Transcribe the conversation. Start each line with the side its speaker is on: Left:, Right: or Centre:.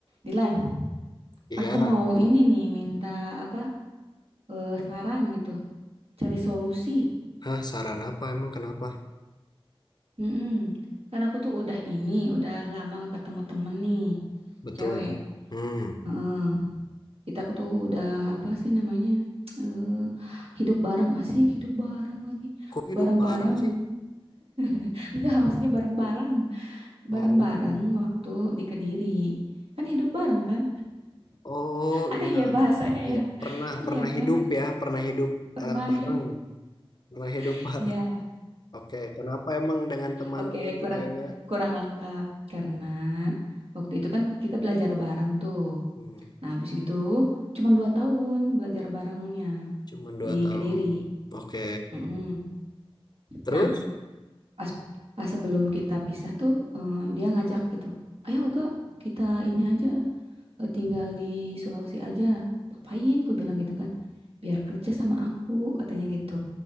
Right: Dilan,
Left: Iya.
Right: aku mau ini nih minta apa eh, saran gitu, cari solusi.
Left: Hah, saran apa emang kenapa?
Right: Mm-mm. Kan aku tuh udah ini, udah lama gak ketemu temen nih,
Left: Betul.
Right: cewek.
Left: Hmm.
Right: Heeh. Kita aku tuh udah apa sih namanya? eh hidup bareng asik, hidup bareng lagi,
Left: Kok hidup
Right: bareng-bareng.
Left: bareng sih?
Right: <laughs> Enggak, maksudnya bareng-bareng,
Left: Oh.
Right: bareng-bareng waktu di Kediri. Kan hidup bareng kan?
Left: Oh,
Right: Aneh
Left: iya.
Right: ya bahasanya
Left: Iya,
Right: ya.
Left: pernah
Right: <laughs> Iya
Left: pernah
Right: kan?
Left: hidup ya, pernah hidup
Right: Pernah.
Left: eh, bareng, pernah hidup
Right: <laughs>
Left: <laughs> bareng.
Right: Iya.
Left: Oke, kenapa emang dengan temanmu
Right: Oke,
Left: itu
Right: kurang
Left: kayaknya
Right: kurang lengkap karena waktu itu kan kita belajar bareng tuh.
Left: hmm,
Right: Nah, habis itu cuma dua tahun belajar barengnya
Left: cuman dua
Right: di
Left: tahun.
Right: Kediri.
Left: Oke.
Right: Mm-mm.
Left: Terus?
Right: Nah, pas pas sebelum kita pisah tuh eh, dia ngajak gitu, ayo Uga kita ini aja eh, tinggal di Sulawesi aja. Ngapain? Gue bilang gitu kan, biar kerja sama aku katanya gitu,